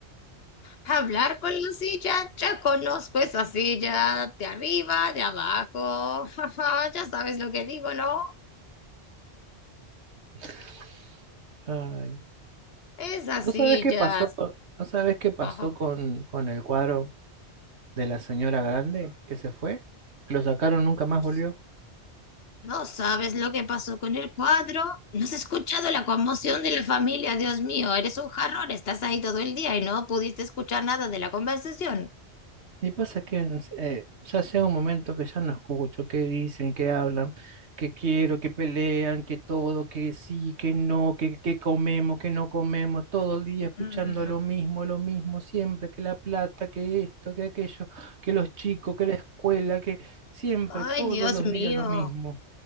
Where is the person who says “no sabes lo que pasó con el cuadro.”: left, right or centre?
Left